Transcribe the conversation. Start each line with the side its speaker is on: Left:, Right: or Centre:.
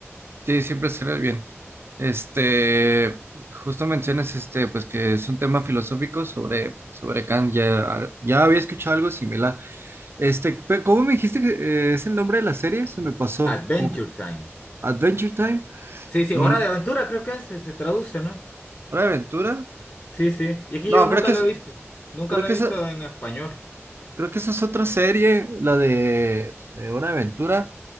Right: Sí, siempre sale bien. Este, justo mencionas este, pues que es un tema filosófico sobre, sobre Kant, ya, ya había escuchado algo similar. Este, pe- ¿cómo me dijiste que eh, es el nombre de la serie? Se me pasó,
Left: Adventure
Right: como que
Left: Time.
Right: Adventure Time,
Left: Sí, sí,
Right: Mm,
Left: Hora de Aventura creo que se, se traduce, ¿no?
Right: Hora de Aventura.
Left: Sí, sí. Y es que
Right: No,
Left: yo nunca
Right: creo que
Left: lo
Right: es,
Left: he visto. Nunca
Right: creo
Left: lo
Right: que
Left: he visto
Right: esa,
Left: en español.
Right: creo que esa es otra serie, la de eh, Hora de Aventura.